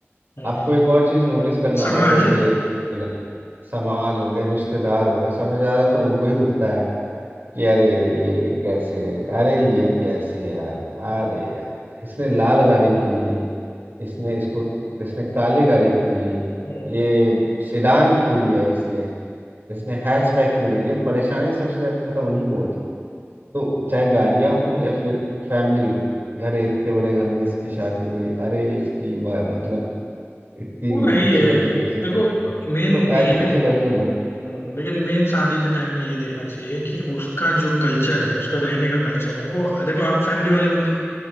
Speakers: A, on the left (about 65°); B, on the right (about 50°).
A: अ,
B: आपको एक और चीज़ नोटिस करना
A: समाज
B: होगा जैसे
A: अ,
B: अगर समाज हो गया रिश्तेदार हो गए सबसे ज़्यादा तो उनको ही दुखता है कि अरे ये कैसे अरे ये कैसे यार अरे यार इसने लाल गाड़ी क्यों ली इसने इसको इसने काली गाड़ी क्यों ली
A: अ,
B: ये सिडान क्यों लिया इसने इसने हैचबैक क्यों नहीं लिया परेशानी सबसे ज़्यादा उन्हीं को होती है तो चाहे गाड़ियां हो या फिर फैमिली हो अरे इतने बड़े घर में इसकी शादी हो गई अरे इसकी वा- मतलब इतनी
A: वो तो है ही
B: खूबसूरत
A: है
B: लड़की से
A: देखो
B: <laughs>
A: मेन
B: तो ऐसे
A: में लेकिन
B: ऐसे करके वो लोग
A: अ, लेकिन मेन शादी के टाइम में ये देखना चाहिए कि उसका जो कल्चर है उसका रहने का कल्चर है वो देखो आप फैमिली वाले बंदे हो